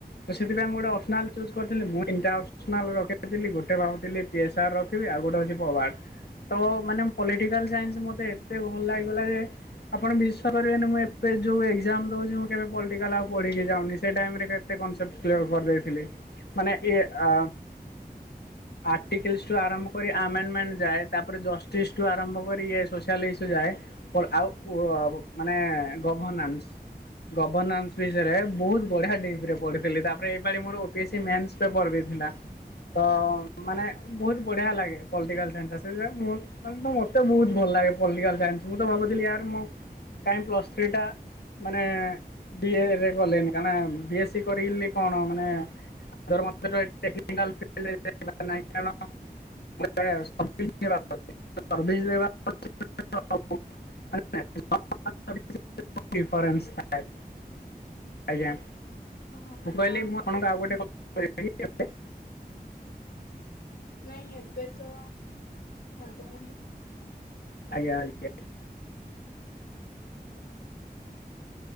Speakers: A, on the left; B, on the left.
A: ତ ସେଥିପାଇଁ ମୁଁ ଗୋଟେ ଅପସନାଲ୍ ଚୁଜ୍ କରିଥିଲି। ମୁଁ ତିନଟା ଅପସନାଲ୍ ରଖିଥିଲି। ଗୋଟେ ଭାବୁଥିଲି ପି ଏ ସାର୍ ରଖିବି। ଆଉ ଗୋଟେ ହଉଛି ପବାଡ। ତ ମାନେ ପଲିଟିକାଲ ସାଇନ୍ସ ମତେ ଏତେ ଭଲ ଲାଗି ଗଲା ଯେ ଆପଣ ବିଶ୍ୱା କରିବେନି ମୁଁ ଏବେ ଯୋଉ ଏକ୍ଜାମ ଦଉଛି ମୁଁ କେବେ ପଲିଟିକାଲ ଆଉ ପଢିକି ଯାଉନି। ସେ ଟାଇମରେ କନସେପ୍ଟ କ୍ଲିୟର କରିଦେଇଥିଲି। ମାନେ ଇଏ ଆ ଆର୍ଟିକିଲସ ଟୁ ଆରମ୍ଭ କରି ଆମେଣ୍ଟମେଣ୍ଟ ଯାଏ। ତାପରେ ଜଷ୍ଟିଠୁ ଆରମ୍ଭ କରି ଇଏ ସୋସିଆଲ ଇସୁ ଯାଏ। ଆଉ ମାନେ ଗଭନାନ୍ସ। ଗଭର୍ଣ୍ଣାନ୍ସ ବିଷୟରେ ବହୁତ ବଢିଆ ଡିଗ୍ରୀରେ ପଢିଥିଲି। ତାପରେ ଏପାଳି ମୋର ଓପିଏସି ମେନ୍ସ ପେପର୍ ବି ଥିଲା। ତ ମାନେ ବହୁତ ବଢିଆ ଲାଗେ। ପଲଟିକାଲ ସା <unintelligible> ମତେ ବହୁତ ଭଲ ଲାଗେ ପଲଟିକାଲ ସାଇନ୍ସ। ମୁଁ ତ ଭାବୁଥିଲି ୟାର ମୁଁ କାହିଁ ପ୍ଲସ୍ ଥ୍ରୀ ଟା ମାନେ ବିଏରେ କଲେନି। କାରଣ ବି ଏ ସି କରି କଣ ମାନେ <unintelligible> <unintelligible> <unintelligible> ଡିଫରେନ୍ସ ଥାଏ। ଆଜ୍ଞା।
B: ହଁ
A: ମୁଁ କହିଲି
B: ହଁ।
A: ମୁଁ ଆପଣଙ୍କୁ ଆଉ ଗୋଟେ <unintelligible>
B: ନାଇଁ ଏବେ ତ ହବନି।
A: ଆଜ୍ଞା ଆଜ୍ଞା।
B: <unintelligible>